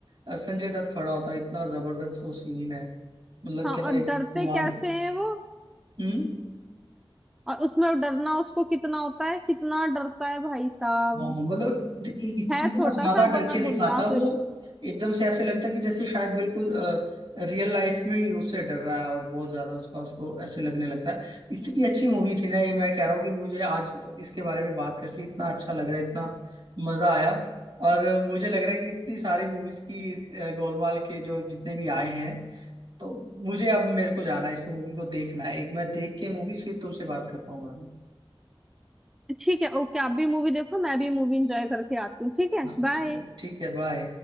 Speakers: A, on the right; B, in the centre.
A: अ, संजय दत्त खड़ा होता है इतना जबरदस्त वो सीन है मतलब
B: हाँ
A: क्या
B: और
A: है
B: डरते
A: कमाल
B: कैसे हैं वो
A: हम्म
B: और उसमें डरना उसको कितना होता है कितना डरता है भाई साहब
A: हाँ मतलब इ- इ-
B: है
A: इतना
B: छोटा
A: ज्यादा
B: सा
A: डर
B: बना
A: के
B: गुंडा
A: दिखाता है वो
B: फिर
A: एकदम से ऐसे लगता है कि जैसे शायद बिल्कुल रियल लाइफ में ही उससे डर रहा है और बहुत ज्यादा उसका उसको ऐसे लगने लगता है इतनी अच्छी मूवी थी ना ये मैं कह रहा हूँ कि मुझे आज इसके बारे में बात करके इतना अच्छा लग रहा है इतना मजा आया और अ, मुझे लग रहा है कि इतनी सारी मूवीज की इस, अ, गोलमाल के जो जितने भी आए हैं तो मुझे अब मेरे को जाना है इसको मूवी को देखना है एक मैं देख के मूवी फिर तुमसे बात कर पाऊंगा
B: ठीक है ओके आप भी मूवी देखो मैं भी मूवी एंजॉय करके आती हूँ ठीक है
A: हाँ
B: बाय
A: चलो ठीक है बाय